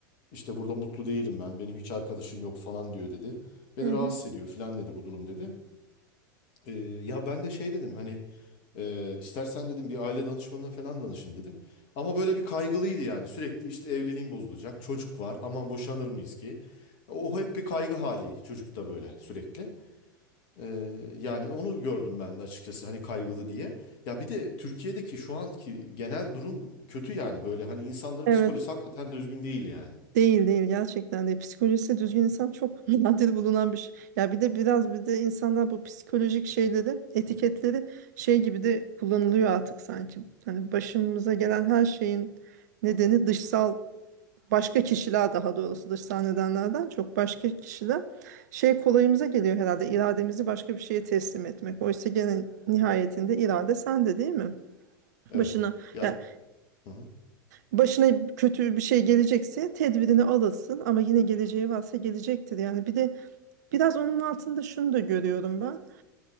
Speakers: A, on the left (about 45°); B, on the right (about 55°).
A: işte burada mutlu değilim ben. Benim hiç arkadaşım yok falan diyor dedi. Beni
B: Hı hı.
A: rahatsız ediyor falan dedi bu durum dedi. E, ya ben de şey dedim hani ee, istersen dedim bir aile danışmanına falan danışın dedim. Ama böyle bir kaygılıydı yani. Sürekli işte evliliğim bozulacak. Çocuk var. Aman boşanır mıyız ki? O hep bir kaygı hali çocukta böyle sürekli. Ee, yani onu gördüm ben de açıkçası hani kaygılı diye. Ya bir de Türkiye'deki şu anki genel durum kötü yani. Böyle hani insanların
B: Evet.
A: psikolojisi hakikaten düzgün değil yani.
B: Değil değil gerçekten de psikolojisi düzgün insan çok <laughs> nadir bulunan bir şey. Ya bir de biraz bir de insanlar bu psikolojik şeyleri, etiketleri şey gibi de kullanılıyor artık sanki. Hani başımıza gelen her şeyin nedeni dışsal başka kişiler daha doğrusu dışsal nedenlerden çok başka kişiler şey kolayımıza geliyor herhalde irademizi başka bir şeye teslim etmek. Oysa gene nihayetinde irade sende değil mi?
A: Evet.
B: Başına
A: Ya.
B: yani
A: Hı hı.
B: başına kötü bir şey gelecekse tedbirini alırsın ama yine geleceği varsa gelecektir. Yani bir de biraz onun altında şunu da görüyorum ben.